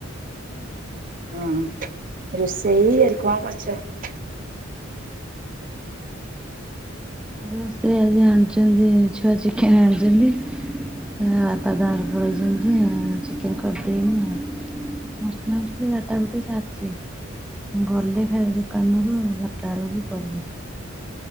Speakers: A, on the right (about 45°); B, in the centre.
A: ହଁ ରୋଷେଇ ଆଜି କଣ କରିଚ?
B: ରୋଷେଇ ଆଜି ଆଣିଚନ୍ତି ଛୁଆ ଚିକେନ ଆଣିଚନ୍ତି। ତା ବାପା ତାଙ୍କର ପଳେଇଚନ୍ତି ଆଉ ଚିକେନ କରିଦେମି ଆଉ। ମସଲା ମସଲି ବାଟା ବାଟି ସାରିଚି। ଗଲେ ଖାଇବା ଦୋକାନରୁ ବାରଟା ବେଳକୁ କରିବି।